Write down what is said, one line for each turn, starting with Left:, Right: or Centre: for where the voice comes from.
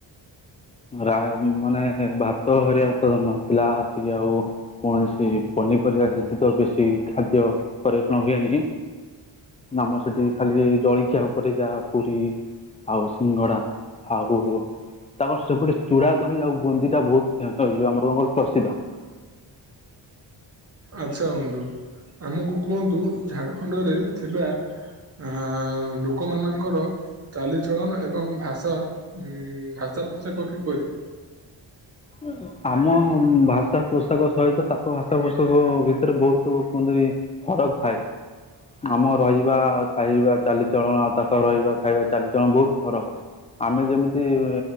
Left: ରା ମାନେ ଭାତ ଘରିକା ତ ନଥିଲା କି ଆଉ କୌଣସି ପନିପରିବା ସେଇଠି ତ ବେଶୀ ଖାଦ୍ୟ ପରିବଷଣ ହୁଏନି। ଆମର ସେଇଠି ଖାଲି ଜଳିଖିଆ ଉପରେ ଯାହା ପୁରୀ ଆଉ ସିଙ୍ଗଡ଼ା ଆଉ ତାଙ୍କର ସେପଟେ ଚୂଡ଼ା ଦହି ଆଉ ବୁନ୍ଦିଟା ବହୁତ ଫେ ଏ ଯୋଉ ଆମର କଣ କହିଲୁ ପ୍ରସିଦ୍ଧ।
Right: ଆଚ୍ଛା ବନ୍ଧୁ ଆମୁକୁ କୁହନ୍ତୁ ଝାଡ଼ଖଣ୍ଡରେ ଥିବା ଆଁ ଲୋକମାନଙ୍କର ଚାଲିଚଳନ ଏବଂ ଭାଷା ଉଁ ଭାଷା ପୋଷାକ କିପରି?
Left: ଉଁ ଆମ ଭାଷା ପୋଷାକ ସହିତ ତାଙ୍କ ଭାଷା ପୋଷାକ ଭିତେରେ ବହୁତ କୁହନ୍ତି ଫରକ୍ ଥାଏ। ଆମ ରହିବା ଖାଇବା ଚାଲିଚଳଣ, ଆଉ ତାଙ୍କ ରହିବା ଖାଇବା ଚାଲିଚଳଣ ବହୁତ ଫରକ। ଆମେ ଯେମିତି ଏଁ